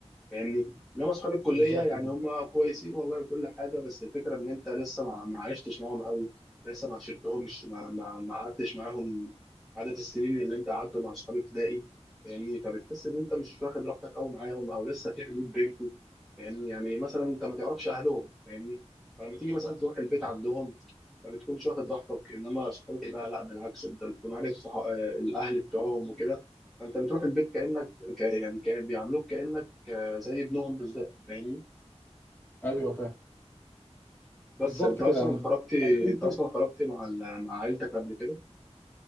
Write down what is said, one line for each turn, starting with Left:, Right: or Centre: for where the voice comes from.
Centre: فاهمني انما اصحاب الكليه
Left: بالظبط
Centre: يعني
Left: كده
Centre: هم كويسين والله وكل حاجه بس الفكره ان انت لسه ما ما عشتش معاهم قوي لسه ما عشرتهمش ما ما ما قعدتش معاهم عدد السنين اللي انت قعدته مع اصحاب ابتدائي فاهمني فبتحس ان انت مش واخد راحتك قوي معاهم او لسه في حدود بينكم فاهمني يعني مثلا انت ما تعرفش اهلهم فاهمني فلما تيجي مثلا تروح البيت
Left: بالظبط
Centre: عندهم ما بتكونش واخد راحتك انما اصحابك بقى لا بالعكس انت بتكون عارف صح... آه، الاهل بتوعهم وكده فانت بتروح البيت كانك ك... يعني كأن بيعاملوك كانك آه، زي ابنهم بالظبط فاهمني
Left: ايوه فاهم
Centre: بس
Left: بالظبط
Centre: انت اصلا
Left: كده يعني
Centre: خرجتي
Left: طب انت
Centre: انت اصلا خرجتي مع ال- مع عيلتك قبل كده